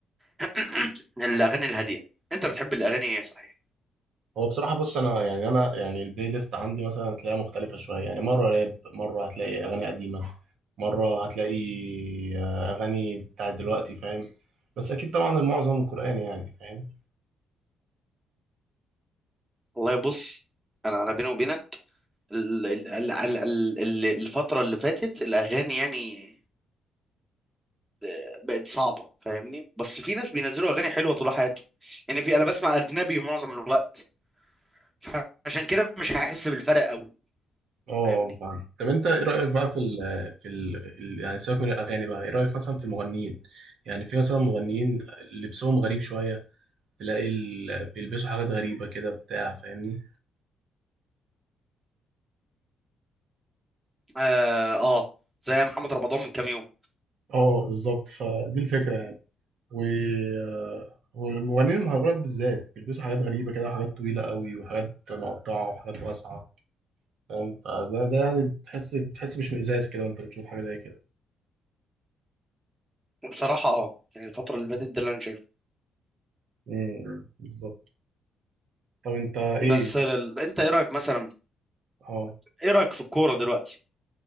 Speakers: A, on the right; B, on the right.
A: <clears throat> الاغاني الهاديه انت بتحب الاغاني ايه صحيح
B: هو بصراحة بص أنا يعني أنا يعني البلاي ليست عندي مثلا هتلاقيها مختلفة شوية يعني مرة راب مرة هتلاقي أغاني قديمة مرة هتلاقي آه، أغاني بتاعت دلوقتي فاهم بس أكيد طبعا المعظم قرآني يعني فاهم
A: والله بص انا انا بيني وبينك ال- ال- ال- ال- ال- ال- الفتره اللي فاتت الاغاني يعني آه، بقت صعبه فاهمني بس في ناس بينزلوا اغاني حلوه طول حياتهم يعني في انا بسمع اجنبي معظم الوقت فعشان كده مش هحس بالفرق قوي
B: اه
A: فاهمني
B: فاهم طب أنت إيه رأيك بقى في ال في ال ال- يعني سيبك من الأغاني بقى إيه رأيك مثلا في المغنيين يعني في مثلا مغنيين لبسهم غريب شوية تلاقي ال- بيلبسوا حاجات غريبة كده بتاع فاهمني
A: اه آه، زي محمد رمضان من كام يوم
B: اه بالظبط فدي الفكرة يعني و آه، والمغنيين المهرجانات بالذات بيلبسوا حاجات غريبة كده وحاجات طويلة قوي وحاجات مقطعة وحاجات واسعة فاهم فده ده يعني بتحس بتحس باشمئزاز كده وانت بتشوف حاجة زي كده
A: وبصراحة اه يعني الفترة اللي فاتت ده اللي انا شايفه
B: امم بالظبط طب انت ايه
A: بس لل... انت ايه رأيك مثلا
B: اه
A: ايه رأيك في الكورة دلوقتي